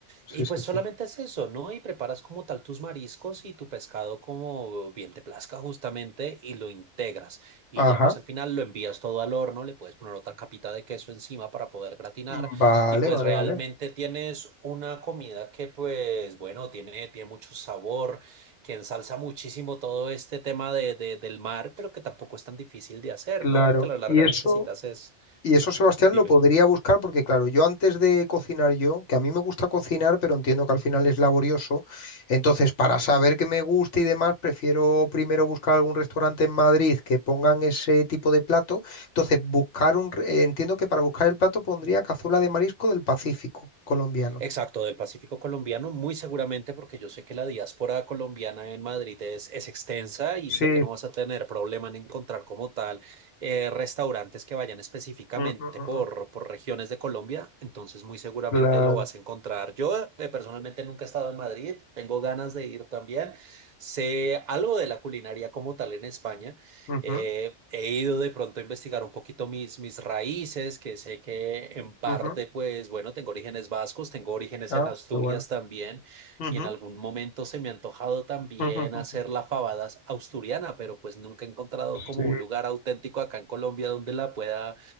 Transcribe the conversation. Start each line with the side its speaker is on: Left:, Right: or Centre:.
Left: Sí,
Right: Y pues
Left: sí,
Right: solamente
Left: sí.
Right: es eso, ¿no? Y preparas como tal tus mariscos y tu pescado como bien te plazca justamente y lo integras. Y
Left: Ajá.
Right: ya pues al final lo envías todo al horno, le puedes poner otra capita de queso encima para poder gratinar.
Left: Mm, Vale,
Right: Y pues
Left: vale,
Right: realmente
Left: vale.
Right: tienes una comida que pues bueno, tiene, tiene mucho sabor, que ensalza muchísimo todo este tema de, de- del mar, pero que tampoco es tan difícil de hacer,
Left: Claro.
Right: ¿no? Porque a la larga
Left: Y eso.
Right: necesitas es...
Left: Y eso Sebastián
Right: Dime.
Left: lo podría buscar porque, claro, yo antes de cocinar yo, que a mí me gusta cocinar, pero entiendo que al final es laborioso, entonces para saber qué me gusta y demás, prefiero primero buscar algún restaurante en Madrid que pongan ese tipo de plato. Entonces, buscar un, re- eh, entiendo que para buscar el plato pondría cazuela de marisco del Pacífico colombiano.
Right: Exacto, del Pacífico colombiano, muy seguramente porque yo sé que la diáspora colombiana en Madrid es, es extensa y sé
Left: Sí,
Right: que no vas a tener problema en encontrar como tal eh, restaurantes que vayan específicamente
Left: mm, mm, mm,
Right: por,
Left: mm,
Right: por regiones de Colombia, entonces muy seguramente
Left: claro.
Right: lo vas a encontrar. Yo eh, personalmente nunca he estado en Madrid, tengo ganas de ir también, sé algo de la culinaria como tal en España.
Left: Ujú,
Right: Eh, he ido de pronto a investigar un poquito mis, mis raíces, que sé que en parte,
Left: ujú.
Right: pues bueno, tengo orígenes vascos, tengo orígenes
Left: Ah,
Right: en Asturias
Left: qué bueno.
Right: también,
Left: Ujú,
Right: y en algún momento se me ha antojado también
Left: ujú, ujú.
Right: hacer la fabada asturiana, pero pues nunca he encontrado como
Left: Sí,
Right: un lugar auténtico acá en Colombia donde la pueda